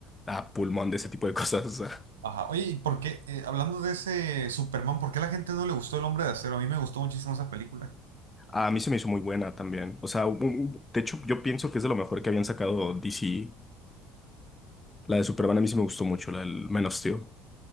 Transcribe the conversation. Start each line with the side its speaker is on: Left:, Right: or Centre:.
Left: a pulmón de ese tipo de cosas. o sea.
Right: Ajá. Oye, ¿y por qué, eh, hablando de ese Superman, ¿por qué a la gente no le gustó El Hombre de Acero? A mí me gustó muchísimo esa película.
Left: A mí se me hizo muy buena también. O sea, un- un- de hecho, yo pienso que es de lo mejor que habían sacado DC. La de Superman a mí sí me gustó mucho, la del Man of Steel.